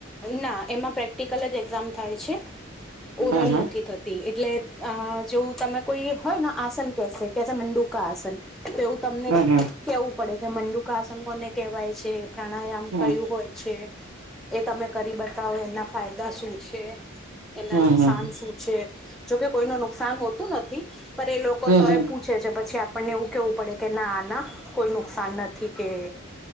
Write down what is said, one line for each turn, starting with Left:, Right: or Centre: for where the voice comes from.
Centre: ના એમાં પ્રેક્ટિકલ જ એક્ઝામ થાય છે. ઓરલ
Right: હમ હમ
Centre: નથી થત તી એટલે અ જેવું તમે કોઈ હોયને આસન કેશે કેસે મંડુકા આસન તો એવું તમને
Right: હમ
Centre: કેહવું પડે કે મંડુકા આસન કોને કહેવાય છે? પ્રાણાયામ
Right: હમ
Centre: કયું હોય છે? એ તમે કરી બતાવો. એના ફાયદા શું છે? એના
Right: હમ
Centre: નુકસાન
Right: હમ હમ
Centre: શું છે? જોકે કોઈનું નુકસાન હોતું નથી પણ એ લોકો
Right: હમ
Centre: તોય
Right: હમ
Centre: પૂછ છે છે પછી આપણને એવું કેવું પડે કે નાના કોઈ નુકસાન નથી કે